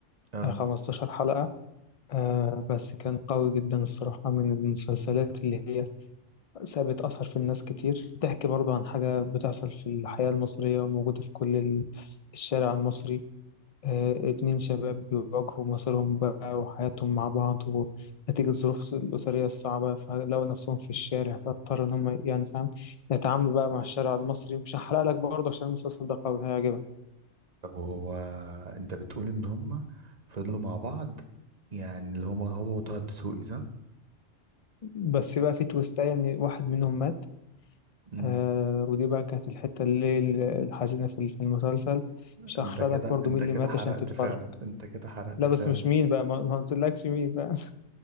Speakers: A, on the right; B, on the left.
A: اه
B: آه 15 حلقه آه بس كان قوي جدا الصراحة من المسلسلات اللي هي سابت أثر في الناس كتير بتحكي برضو عن حاجة بتحصل في الحياة المصرية وموجودة في كل ال- الشارع المصري آه اتنين شباب بيواجهوا مصيرهم بقى وحياتهم مع بعض ونتيجة ظروف الأسرية الصعبة فلقوا نفسهم في الشارع فاضطروا إن هم يعني فاهم يتعاملوا بقى مع الشارع المصري مش هحرق لك برضه عشان المسلسل ده قوي هيعجبك
A: طب هو انت بتقول ان هما فضلوا مع بعض يعني اللي هما هو وطه الدسوقي صح
B: بس بقى في تويستاية إن واحد منهم مات
A: امم
B: آه ودي بقى كانت الحتة اللي الحزينة في في المسلسل مش
A: انت
B: هحرق
A: كده
B: لك برضو
A: انت
B: مين
A: كده
B: اللي مات
A: حرقت
B: عشان تتفرج
A: فعلا انت كده حرقت
B: لا
A: فعلا
B: بس مش مين بقى ما ما قلتلكش مين بقى <laughs>